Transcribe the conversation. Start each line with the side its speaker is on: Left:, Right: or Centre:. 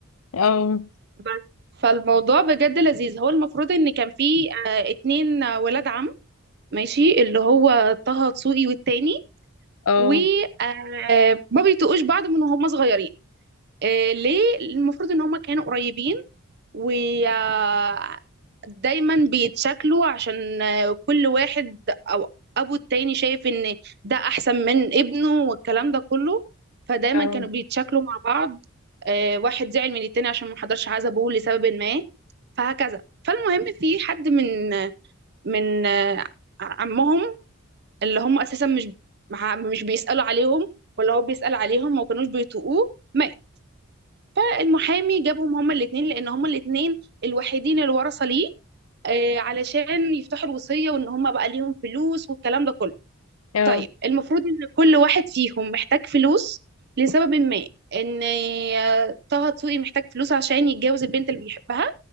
Left: اه
Right: بس فالموضوع بجد لذيذ هو المفروض ان كان في آه، اتنين آه، ولاد عم ماشي اللي هو طه دسوقي والتاني
Left: اه
Right: وما بيتقوش بعض من وهم صغيرين آه، ليه المفروض ان هم كانوا قريبين و آه، دايما بيتشكلوا عشان كل واحد او ابو التاني شايف ان ده احسن من ابنه والكلام ده كله فدايما
Left: اه
Right: كانوا بيتشكلوا مع بعض آه، واحد زعل من التاني عشان ما حضرش عزبه لسبب ما فهكذا فالمهم في حد من من آه، عمهم اللي هم اساسا مش مع- مش بيسالوا عليهم ولا هو بيسال عليهم ما كانوش بيطوقوه مات فالمحامي جابهم هما الاثنين لان هما الاثنين الوحيدين الورثه ليه آه، علشان يفتحوا الوصية وان هم بقى ليهم فلوس والكلام ده كله
Left: اه
Right: طيب المفروض ان كل واحد فيهم محتاج فلوس لسبب ما ان آه، طه دسوقي محتاج فلوس عشان يتجوز البنت اللي بيحبها